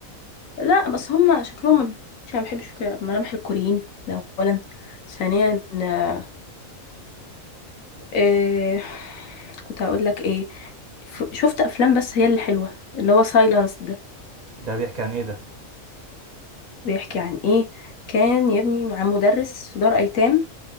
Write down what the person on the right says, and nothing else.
ده بيحكي عن ايه ده